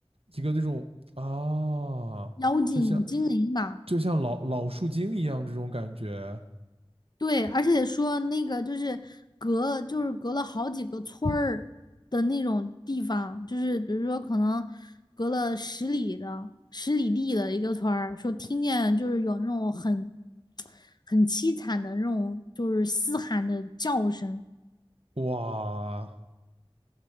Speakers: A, on the right (about 80°); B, on the left (about 45°).
A: 一个那种啊，
B: 妖精精灵吧。
A: 就像就像老老树精一样这种感觉，
B: 对，而且说那个就是隔，就是隔了好几个村儿的那种地方，就是比如说可能隔了十里的十里地的一个村儿，说听见就是有那种很很凄惨的那种就是嘶喊的叫声，
A: 哇，